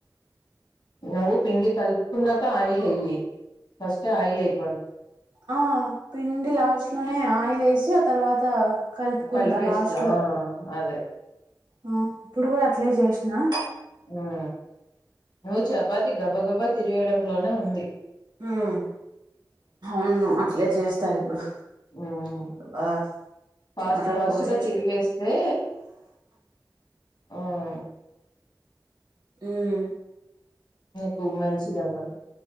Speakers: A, on the left (about 75°); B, on the right (about 65°).
A: నువ్వు పిండి కలుపుకున్నాక ఆయిల్ వేయ్యి ఫస్ట్ ఆయిల్ అయి
B: ఆ పిండి లాస్ట్ లోనే ఆయిల్ వేసి ఆ తర్వాత కలుపుకుంటా
A: కలిపేస్తా
B: లాస్ట్ లో
A: అదే
B: ఆ ఇప్పుడు కూడా అట్ల చేసినా
A: ఉం నువ్వు చపాతి గబ గబా తిరిగేయడంలోనే ఉంది
B: ఉం అవును అట్లే చేస్తా ఇప్పుడు
A: ఉం
B: బా
A: ఫాస్ట్
B: చెమటలు
A: ఫాస్ట్గా
B: పోసేసిన
A: తిరిగేసి తే ఉం
B: ఉం
A: కు మన్సిజన్ట <unintelligible>